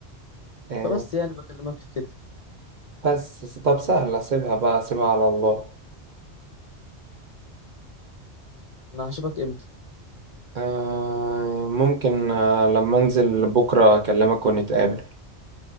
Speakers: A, on the right; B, on the left.
A: آه،
B: فبس يعني بكلمك في كده
A: بس طب سهلة سيبها بقى سيبها على الله
B: أنا هشوفك إمتى
A: آه، ممكن آه، لما انزل بكرة اكلمك ونتقابل